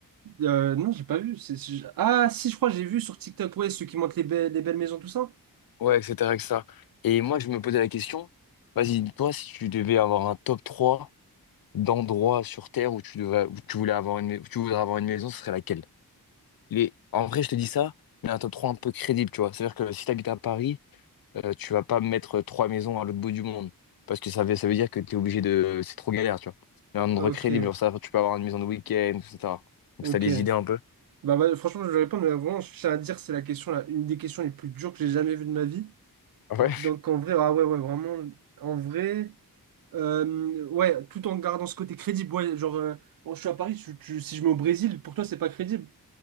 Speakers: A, on the right (about 60°); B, on the left (about 65°).
A: Euh, non, j'ai pas vu. c'est- c'est- Ah, si, je crois que j'ai vu sur TikTok, ouais, ceux qui montent les, be- les belles maisons, tout ça.
B: Ouais, etc., etc. Et cetera. Et moi, je me posais la question, vas-y, toi, si tu devais avoir un top 3 d'endroits sur Terre où tu devrais, où tu voulais avoir une, mais- où tu voudrais avoir une maison, ce serait laquelle? Il est... En vrai, je te dis ça, mais un top 3 un peu crédible, tu vois. C'est-à-dire que si t'habites à Paris, euh, tu vas pas mettre trois maisons à l'autre bout du monde. Parce que ça veut, ça veut dire que tu es obligé de. C'est trop galère, tu vois. Mais un endroit
A: Ok,
B: crédible, genre ça, tu peux avoir une maison de week-end, etc. Donc
A: ok.
B: ça les idées un peu.
A: Bah, bah, franchement, je vais répondre, mais vraiment, je tiens à dire, c'est la question, là, une des questions les plus dures que j'ai jamais vues de ma vie.
B: Ouais.
A: Donc, en vrai, ah ouais, ouais, vraiment, en vrai, euh, ouais, tout en gardant ce côté crédible, ouais, genre, euh, oh, je suis à Paris, tu- tu- si je mets au Brésil, pour toi, c'est pas crédible.